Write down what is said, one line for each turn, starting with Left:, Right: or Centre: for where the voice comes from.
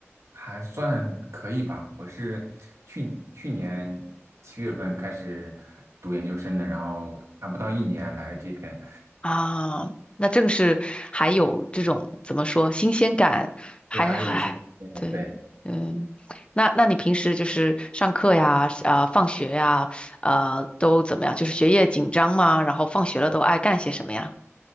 Right: 还算可以吧。我是去去年七月份开始读研究生的，然后还不到一年来这边，
Left: 啊，那正是还有这种怎么说新鲜感，还还对，
Right: 对，还有一些经验的对，
Left: 嗯，那那你平时就是上课呀，啊，放学呀，呃，都怎么样？就是学业紧张吗？然后放学了都爱干些什么呀？